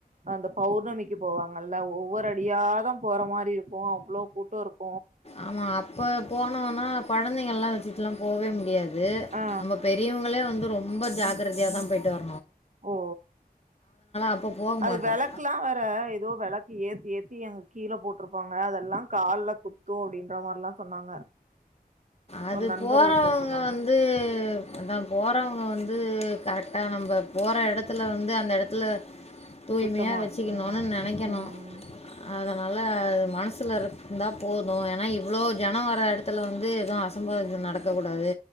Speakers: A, on the right; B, on the left.
A: அந்த பௌர்ணமிக்கு போவாங்கல்ல ஒவ்வொரு அடியாதா போற மாரி இருக்கு அவ்ளோ கூட்ட இருக்
B: ஆமா அப்ப போனோனா கொழந்தைங்கள்லா வச்சுட்டெல்லா போவே முடியாது
A: ஆ
B: து நம்ம பெரியவங்களே வந்து ரொம்ப ஜாக்கிரதையாதா போய்ட்டு வர்
A: ஓ
B: அப்ப போக
A: அது
B: மாட்டோம்.
A: வெளக்லா வேற ஏதோ வெளக் ஏத்தி ஏத்தி அங்க கீழ போட்ருப்பாங்க அதெல்லா கால்ல குத்து அப்டின்ற மார்லா சொன்னாங்க
B: அது
A: ஒரு நண்பர்
B: போறவங்க
A: ஒருத்தர் சொன்னாங்க
B: வந்து அதா போறவங்க வந்து கரெக்டா நம் ப போற எடத் த வந்து அந்த எடத்துல தூய்மையா
A: சுத்தமா
B: வெச்சுக்கணுன்
A: வச்சுக்கணு
B: நெனைக்கணு
A: ம்
B: அதனால மனசுல இருந்தா போது ஏனா இவ்ளோ ஜன வர எடத்துல வந்து எது அசம்பவித நடக்கக்கூடாது